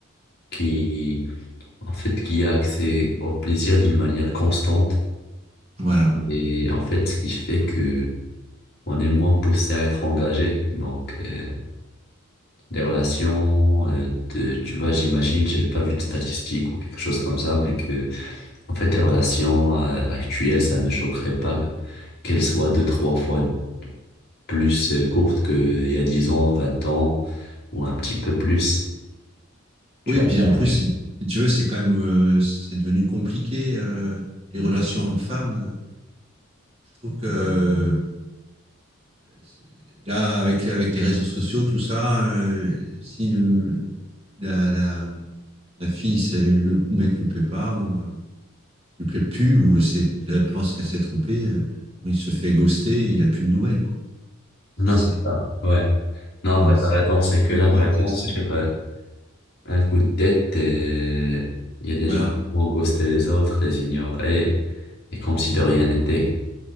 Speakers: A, on the left; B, on the right.
A: qui, en fait, qui a accès au plaisir d'une manière constante.
B: Voilà.
A: Et en fait, ce qui fait que on est moins poussé à être engagé. Donc, euh, les relations, euh, de, tu vois, j'imagine, j'ai pas vu de statistiques ou quelque chose comme ça, mais que, en fait, les relations, euh, actuelles, ça me choquerait pas qu'elles soient deux, trois fois plus euh, courtes qu'il y a 10 ans, 20 ans, ou un petit peu plus. Tu
B: Oui, et
A: as
B: puis
A: pas
B: en plus,
A: de-
B: si si tu veux, c'est quand même, euh, c'est devenu compliqué, euh, les relations hommes-femmes. euh, Je trouve que euh, c'est- là, avec, avec les réseaux sociaux, tout ça, euh, si le, la, la, la fille, ça- le mec lui plaît pas, bon, bah, lui plaît plus, ou c'est, elle pense qu'elle s'est trompée, euh, bon, il se fait ghoster, il a plus de nouvelles, quoi. Ça,
A: Non,
B: c'est,
A: c'est ça. ouais. Non, en
B: c'est
A: vrai,
B: c'est
A: t'as raison, c'est que
B: d'une
A: là,
B: violence
A: vraiment,
B: extrême.
A: sur, euh, Un coup de tête, et il y a des
B: Voilà.
A: gens qui vont ghoster les autres, les ignorer, et comme si de rien n'était.